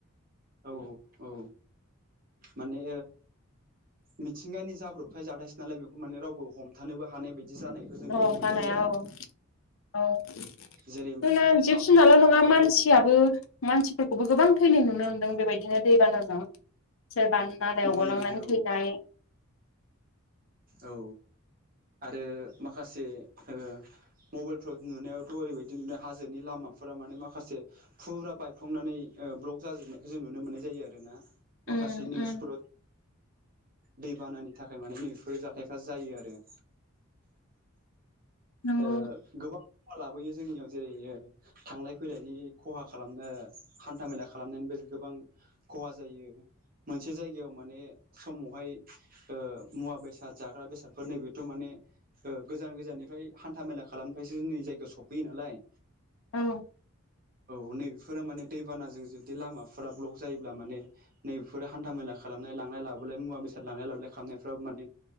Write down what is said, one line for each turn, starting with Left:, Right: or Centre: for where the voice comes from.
Right: औ औ औ माने मिथिंगानि जाब्रबथाय जाथायसो नालाय बेखौ माने रावबो हमथानोबो हानाय बायदि जानायखौ जों
Left: औ
Right: नुनो मोननाय
Left: जानाया
Right: जाया।
Left: औ औ
Right: जेरै
Left: जिब
Right: माब्लाबा
Left: जुनारल'
Right: समावहाय
Left: नङा मानसियाबो मानसिफोरखौबो गोबां थैनाय नुनो मोनदों बेबायदिनो दैबानाजों। सोरबा नालायावगलांनानै
Right: नुयो नुयो औ
Left: थैनाय।
Right: औ आरो माखासे ओ मबाइलफ्राव नुनायावथ' ओरैबायदि नु हाजोनि लामाफोरा माने माखासे फुरा बायफ्लंनानै ब्लग जाजोबनायखौ जों नुनो मोननाय जायो आर ना माखासे
Left: उम
Right: निउसफोराव
Left: उम
Right: दैबानानि थाखाय माने बेफोर जाथायफ्रा जायो आरो।
Left: नंगौ
Right: ओ गोबां खहा लाबोयो जोंनियाव जेरै थांलाय फैलायनि खहा खालामनो हान्था मेला खालामनो। बे गोबां खहा जायो। मोनसे जायगायाव माने समावहाय मुवा बेसाद जाग्रा बेसादफोर नैबेथ' माने। गोजान गोजाननिफ्राय हान्था मेला खालामनिफ्रायसो जोंनि जायगायाव सफैयो नालाय।
Left: औ
Right: औ नैबेफोरा माने दैबानाजों जुदि लामाफोरा ब्लक जायोब्ला माने नैबेफोर हान्था मेला खा लामनाय लांलाय लाबोलाय मुवा बेसाद लांलाय लाबोलाय खालामनायफ्राव माने